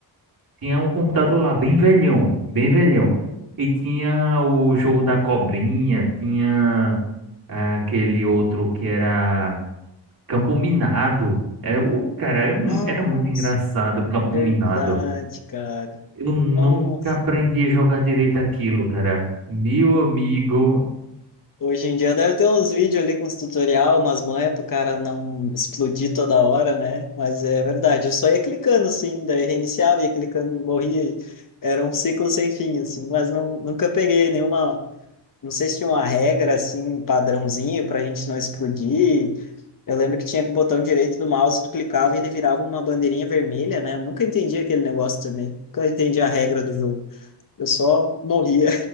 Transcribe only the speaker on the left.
Nossa,
verdade,
cara.
Nossa.
Hoje em dia deve ter uns vídeos ali com os tutorial, umas manhas pro cara não explodir toda hora, né? Mas é verdade, eu só ia clicando, assim, daí reiniciava, ia clicando, morria. e Era um ciclo sem fim, assim, mas não, nunca peguei nenhuma Não sei se tinha uma regra, assim, um padrãozinho pra gente não explodir. Eu lembro que tinha com o botão direito do mouse, tu clicava e ele virava uma bandeirinha vermelha, né? Eu nunca entendi aquele negócio também. Nunca entendi a regra do jogo. Eu só morria.